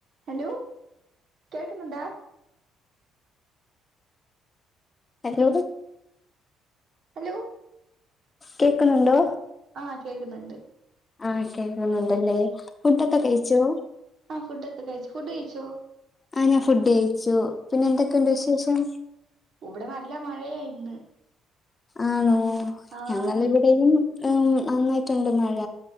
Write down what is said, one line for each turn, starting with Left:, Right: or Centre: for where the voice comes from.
Right: Hello കേൾക്കുന്നുണ്ടാ
Left: hello
Right: hello
Left: കേക്ക്ണ് ണ്ടോ
Right: ആഹ് കേക്കുന്നുണ്ട്
Left: ആ കേൾക്കുന്നുണ്ടല്ലേ ഫുഡൊക്ക കഴിച്ചോ
Right: ആ ഫുഡോക്കെ കഴിച്ചു ഫുഡ് കഴിച്ചോ
Left: ആ ഞാൻ ഫുഡ് കയിച്ചു പിന്നെ എന്തക്കെ ഉണ്ട് വിശേഷം
Right: ഒ ഇവടെ നല്ല മഴയായ ഇന്ന്
Left: ആണോ
Right: ആഹ്
Left: ഞങ്ങള ഇവിടെയും നന്നായിട്ടുണ്ട് മഴ